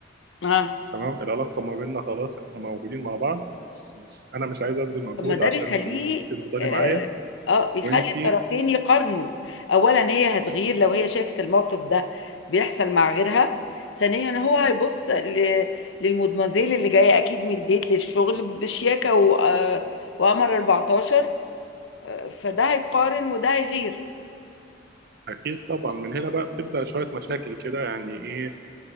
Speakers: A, on the left; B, on the right.
A: اه
B: تمام العلاقه ما بيننا خلاص احنا موجودين مع بعض مش مش انا مش عايز ابذل مجهود
A: طب ما ده
B: عشان
A: بيخليه
B: انت تفضلي
A: اه
B: معايا
A: آه، بيخلي
B: وانت
A: الطرفين يقارنوا اولا هي هتغير لو هي شافت الموقف ده بيحصل مع غيرها ثانيا هو هيبص ل- للمدمزيل اللي جايه اكيد من البيت للشغل بشياكه و... آه، وقمر 14 آه، فده هيقارن وده هيغير
B: اكيد طبعا من هنا بقى بتبدا شويه مشاكل كده يعني ايه